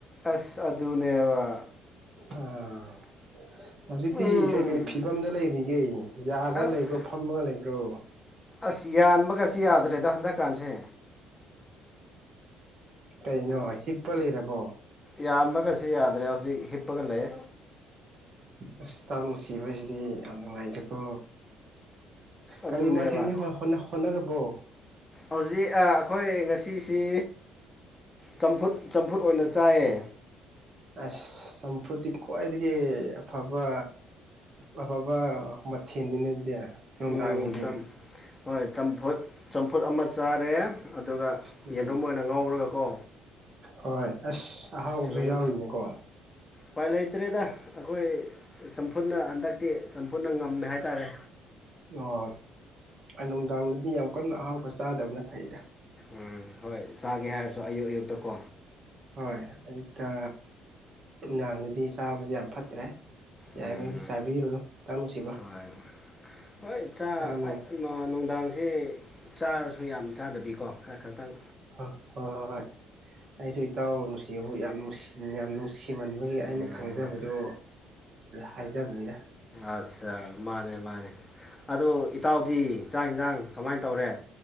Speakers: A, on the left (about 20°); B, on the right (about 50°).
A: ꯑꯁ ꯑꯗꯨꯅꯦꯕ
B: ꯑꯥ ꯍꯧꯖꯤꯛꯇꯤ
A: ꯎꯝ
B: ꯀꯩꯀꯩ ꯐꯤꯕꯝꯗ ꯂꯩꯔꯤꯒꯦ ꯌꯥꯔꯒ
A: ꯑꯁ
B: ꯂꯩꯕ ꯐꯝꯃꯒ ꯂꯩꯕ꯭ꯔꯣ
A: ꯑꯁ ꯌꯥꯟꯕꯒꯁꯤ ꯌꯥꯗ꯭ꯔꯦꯗ ꯍꯟꯗꯛꯀꯥꯟꯁꯦ
B: ꯀꯩꯅꯣ ꯍꯤꯞꯄ ꯂꯩꯔꯕꯣ
A: ꯌꯥꯝꯕꯒꯁꯤ ꯌꯥꯗ꯭ꯔꯦ ꯍꯧꯖꯤꯛ ꯍꯤꯞꯄꯒ ꯂꯩ
B: ꯑꯁ ꯏꯇꯥꯎ ꯅꯨꯡꯁꯤꯕꯁꯤꯗꯤ ꯌꯥꯝ ꯅꯨꯡꯉꯥꯏꯗꯦꯀꯣ ꯀꯔꯤ
A: ꯑꯗꯨꯅꯦꯕ
B: ꯃꯊꯦꯟꯗꯤ ꯍ ꯍꯣꯠꯅꯔꯕꯣ
A: ꯍꯧꯖꯤꯛ ꯑꯩꯈꯣꯏ ꯉꯁꯤꯁꯤ ꯆꯝꯐꯨꯠ ꯆꯝꯐꯨꯠ ꯑꯣꯏꯅ ꯆꯥꯏꯌꯦ
B: ꯑꯁ ꯆꯝꯐꯨꯠꯇꯤ ꯈ꯭ꯋꯥꯏꯗꯒꯤ ꯑꯐꯕ ꯑꯐꯕ ꯃꯊꯦꯜꯅꯤꯅꯦ ꯑꯗꯨꯗꯤ ꯅꯨꯡꯗꯥꯡꯒꯤꯗꯤ
A: ꯎꯝ ꯍꯣꯏ ꯆꯝꯐꯨ ꯆꯝꯐꯨꯠ ꯑꯃ ꯆꯥꯔꯦ ꯑꯗꯨꯒ
B: ꯎꯝ
A: ꯌꯦꯟꯔꯨꯝ ꯑꯣꯏꯅ ꯉꯧꯔꯒꯀꯣ
B: ꯍꯣꯏ ꯑꯁ ꯑꯍꯥꯎꯕꯁꯨ
A: ꯌꯦꯝ
B: ꯌꯥꯎꯔꯤꯅꯦꯀꯣ
A: ꯎꯄꯥꯏ ꯂꯩꯇ꯭ꯔꯦꯗ ꯑꯩꯈꯣꯏ ꯆꯝꯐꯨꯠꯅ ꯍꯟꯗꯛꯇꯤ ꯆꯝꯐꯨꯠꯅ ꯉꯝꯃꯦ ꯍꯥꯏꯇꯥꯔꯦ
B: ꯑꯣ ꯑꯩ ꯅꯨꯡꯗꯥꯡꯗꯗꯤ ꯌꯥꯝ ꯀꯟꯅ ꯑꯍꯥꯎꯕ ꯆꯥꯗꯕꯅ ꯐꯩꯗ
A: ꯎꯝ ꯍꯣꯏ ꯆꯥꯒꯦ ꯍꯥꯏꯔꯁꯨ ꯑꯌꯨꯛ ꯑꯌꯨꯛꯇ ꯀꯣ
B: ꯍꯣꯏ ꯑꯌꯨꯛꯇ ꯅꯨꯡꯗꯥꯡꯗꯗꯤ ꯆꯥꯕꯁꯦ ꯌꯥꯝ ꯐꯠ ꯠꯇ꯭ꯔꯦ ꯌꯥꯔꯤꯈꯩꯗꯤ
A: ꯎꯝ
B: ꯆꯥꯕꯤꯔꯨꯅꯨ ꯏꯇꯥꯎ ꯅꯨꯡꯁꯤꯕ
A: ꯍꯣꯏ ꯍꯣꯏ ꯆ
B: ꯏꯇꯥꯎ ꯍꯣꯏ
A: ꯅꯨꯡꯗꯥꯡꯁꯦ ꯆꯥꯔꯁꯨ ꯌꯥꯝ ꯆꯥꯗꯕꯤꯀꯣ ꯈꯔ ꯈꯔꯇꯪ
B: ꯑ ꯍꯣꯏ ꯍꯣꯏ ꯍꯣꯏ ꯑꯩꯁꯨ ꯏꯇꯥꯎ ꯅꯨꯡꯁꯤꯕꯨ ꯌꯥꯝ ꯅꯨꯡꯁꯤ ꯌꯥꯝ ꯅꯨꯡꯁꯤ ꯁꯤꯃꯟꯕꯒꯤ
A: ꯎꯝ
B: ꯑꯩꯅ ꯈꯪꯖꯕꯗꯨ ꯍꯥꯏꯖꯕꯅꯤꯗ
A: ꯑꯠꯆꯥ ꯃꯥꯅꯦ ꯃꯥꯅꯦ ꯑꯣ ꯏꯇꯥꯎꯗꯤ ꯆꯥꯛ ꯌꯦꯟꯁꯥꯡ ꯀꯃꯥꯏꯅ ꯇꯧꯔꯦ